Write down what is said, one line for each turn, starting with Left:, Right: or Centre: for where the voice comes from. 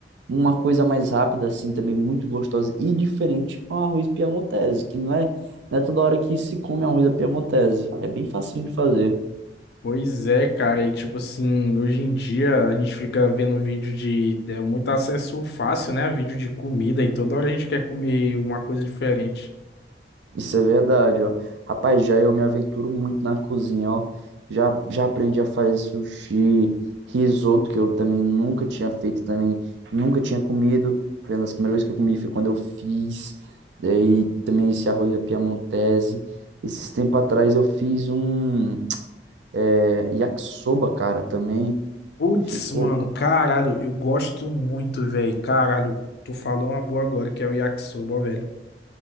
Right: uma coisa mais rápida, assim, também muito gostosa e diferente é um arroz piamontese, que não é, não é toda hora que se come arroz à piamontese. É bem facinho de fazer.
Left: Pois é, cara. E tipo assim, hoje em dia a gente fica vendo vídeo de. É muito acesso fácil, né? Vídeo de comida e toda hora a gente quer comer uma coisa diferente.
Right: Isso é verdade, ó. Rapaz, já eu me aventuro muito na cozinha, ó. Já, já aprendi a fazer sushi, risoto, que eu também nunca tinha feito, também nunca tinha comido. Foi uma das primeiras vezes que eu comi, foi quando eu fiz. Daí também esse arroz da Piamontese. Esses tempos atrás eu fiz um é, yakisoba, cara, também.
Left: Putz,
Right: Ficou
Left: mano, caralho, eu gosto muito, velho. Caralho, tu falou uma boa agora, que é o yakisoba, ó, velho.